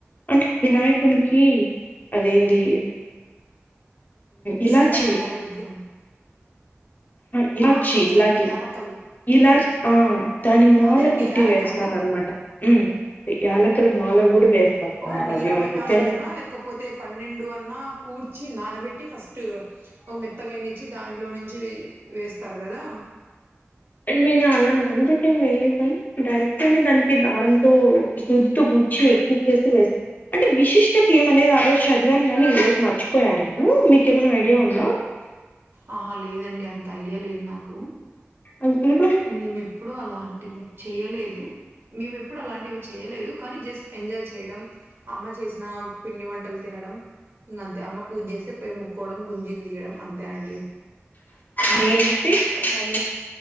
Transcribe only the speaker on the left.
అంటే వినాయకునికి
అదేంది ఇలాచి
లా లచ్చి
ఇ లాఠీ
ఇలాచీ ఆ దాని మాల
కుట్టి
వేస్తారనమాట ఉ యాలకల మాల కూడా వేస్తాం అన్నమాట
దేవునికి
తెలుసా
నేను అలా నానబెట్టి ఏం వెేయలేదు గాని డైరెక్ట్ గానే దానికి దారంతో సూదితో గుర్ చి ఇచ్చేసి వేస్ అంటే విశిష్టత ఏమ అనేది ఆ రోజు చదివాను గానీ ఈ రోజు మర్చిపోయా నేను మీకేమైనా ఐడియా ఉందా
అన్పిదు
నేనైతే అన్న